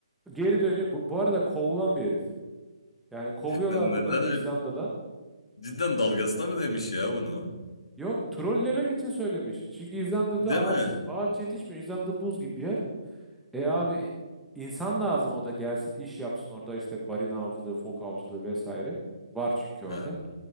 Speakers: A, in the centre; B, on the left.
A: Geri dönüyor. Bu, bu arada kovulan bir herif. Yani kovuyorlar
B: Ne- Neden
A: bunu İzlanda'dan.
B: öyle? Cidden dalgasına mı demiş ya bunu?
A: Yok trollemek için söylemiş. Çünkü İzlanda'da
B: Değil
A: ağaç
B: mi?
A: ağaç yetişmiyor. İzlanda buz gibi bir yer. E abi insan lazım o da gelsin iş yapsın orada işte balina avcılığı, fok avcılığı vesaire. Var çünkü orada.
B: Ha.